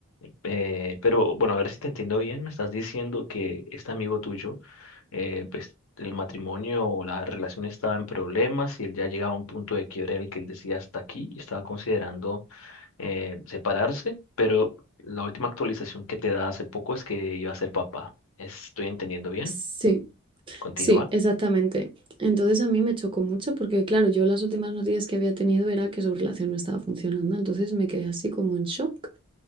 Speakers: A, on the left; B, on the right.
A: Eh, pero bueno, a ver si te entiendo bien, me estás diciendo que este amigo tuyo, eh, pues el matrimonio o la relación estaba en problemas y él ya llegaba a un punto de quiebre en el que él decía hasta aquí y estaba considerando eh, separarse, pero la última actualización que te da hace poco es que iba a ser papá. ¿Estoy entendiendo bien?
B: Sí,
A: Continúa.
B: sí, exactamente. Entonces a mí me chocó mucho porque, claro, yo las últimas noticias que había tenido era que su relación no estaba funcionando, entonces me quedé así como en shock.